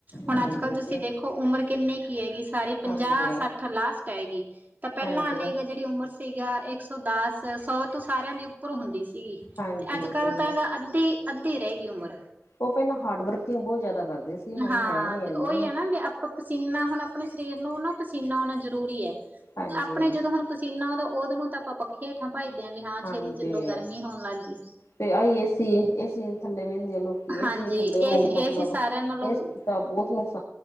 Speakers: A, on the right; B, on the left.
A: ਹੁਣ
B: ਹਾਂਜੀ
A: ਅੱਜ ਕੱਲ ਤੁਸੀਂ
B: ਤੇ
A: ਦੇਖੋ ਉਮਰ ਕਿੰਨੀ ਕੀ ਹੈਗੀ। ਸਾਰੀ ਪੰਜਾਹ-ਸੱਠ
B: ਹਾਂਜੀ
A: ਲਾਸਟ ਐਗੀ ਤਾਂ ਪਹਿਲਾਂ
B: ਹਾਂਜੀ
A: ਆਲੀ ਗਾ ਜਿਹੜੀ ਉਮਰ ਸੀਗਾ ਇੱਕ ਸੌ ਦਸ ਸੌ ਤੋਂ ਸਾਰਿਆਂ ਦੀ ਉੱਪਰ ਹੁੰਦੀ ਸੀਗੀ
B: ਹਾਂਜੀ
A: ਤੇ ਅੱਜ-ਕੱਲ੍ਹ
B: ਸਹੀ
A: ਤਾਂ
B: ਹੈ
A: ਐਗਾ ਅੱਧੀ ਅੱਧੀ ਰੈਗਈ ਉਮਰ।
B: ਉਹ ਪੈਲਾਂ ਹਾਰਡ ਵਰਕਿੰਗ ਬਹੁਤ ਜਾਦਾ ਕਰਦੇ ਸੀ। ਹੁਣ
A: ਹਾਂ,
B: ਹੈ ਨੀ
A: ਤੇ
B: ਇਨਾ
A: ਉਹੀ ਐ ਨਾ ਵੀ ਆਪਾਂ ਪਸੀਨਾ ਹੁਣ ਆਪਣੇ ਸਰੀਰ ਨੂੰ ਨਾ ਪਸੀਨਾ ਆਉਣਾ ਜ਼ਰੂਰੀ ਐ।
B: ਹਾਂਜੀ
A: ਆਪਣੇ ਜਦੋਂ ਹੁਣ ਪਸੀਨਾ ਆਉਂਦਾ, ਉਦੋਂ ਨੂੰ ਤਾਂ ਆਪਾਂ ਪੱਖੇ ਹੇਠਾਂ ਭੱਜਦੇ ਆ ਵੀ ਹਾਂ
B: ਹਾਂਜੀ
A: ਛੇਤੀ ਚੱਲੋ ਗਰਮੀ ਹੋਣ ਲੱਗ ਗੀ।
B: ਤੇ ਆਈ ਏ ਸੀ, ਏ ਸੀ ਦੇ ਥੱਲੇ ਬਹਿੰਦੇ ਆਂ। ਏ
A: ਹਾਂਜੀ
B: ਸੀ ਦੇ ਥੱਲੇ ਉਹ
A: ਇਹ ਇਹ
B: ਮਤਲਬ
A: ਸੀ ਸਾਰਿਆਂ ਨਾਲੋਂ
B: ਏ ਸੀ ਤਾ ਬਹੁਤ ਨੁਕਸ